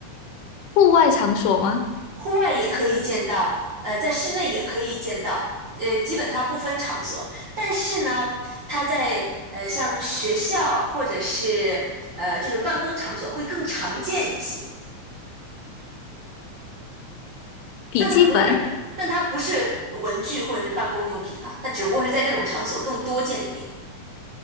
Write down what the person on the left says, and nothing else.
户外场所吗？
笔记本、